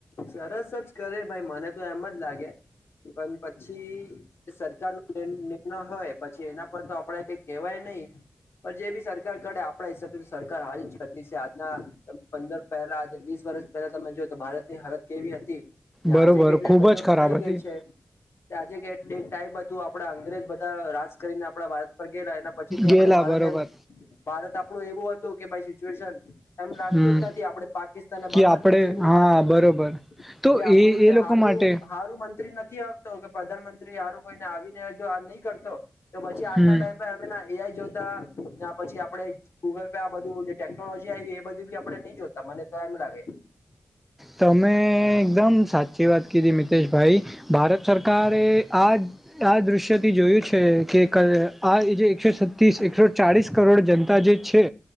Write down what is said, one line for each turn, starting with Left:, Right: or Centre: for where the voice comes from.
Left: સરસ જ કરે ભાઈ મને તો એમ જ લાગે, પન પછી સરકાર નો જે નિર્ણય હોય પછી એના પર તો આપડે કઈ કેવાય નહી. પણ જે બી સરકાર કરે આપણા હિસાબે તો સરકાર હારી જ કરતી સે. આજના પંદર પહેલા વીસ વર્ષ પહેલા તમે જોઓ તો ભારત ની હાલત કેવી હતી, ને
Centre: બરોબર
Left: આજે કેટલી
Centre: ખૂબ
Left: ડેવલોપ
Centre: જ ખરાબ
Left: થઈ
Centre: હતી
Left: ગઈ છે ને આજે કેટલી ટાઈપ હતું આપડા અંગ્રેજ બધા રાજ કરીને આપણા ભારત પર ગયેલા એના પછી તે
Centre: ગેલા
Left: આપણે ભારત
Centre: બરોબર
Left: એમ ભારત આપણું એવું હતું કે <unintelligible> સિચ્યુએશન એમ લાગતું
Centre: હમ
Left: જ નથી. આપણે પાકિસ્તાન અને
Centre: કે
Left: બાંગ્લાદેશ
Centre: આપડે
Left: જેવું
Centre: હા
Left: હાલ હતું.
Centre: બરોબર તો
Left: જે
Centre: એ
Left: આપડું જે
Centre: એ લોકો
Left: હારું'હારું
Centre: માટે
Left: મંત્રી નથી આવતો કે પ્રધાનમંત્રી હારું કોઈને આવીને જો આ નહી કરતો તો પછી આજના
Centre: હમ
Left: ટાઈમ <unintelligible> પી આઈ જોતા ને આ પછી આપડે ગૂગલ પે આ બધું ટેકનોલોજી આઈ એ બધું ભી આપડે નહી જોતા મને તો એમ લાગે.
Centre: તમે એકદમ સાચી વાત કીધી મિતેશભાઈ. ભારત સરકારે આ-આ દ્રશ્યથી જોયું છે કે કલ આ એ જે એકસો છતીસ એકસો ચાળીસ કરોડ જનતા જે છે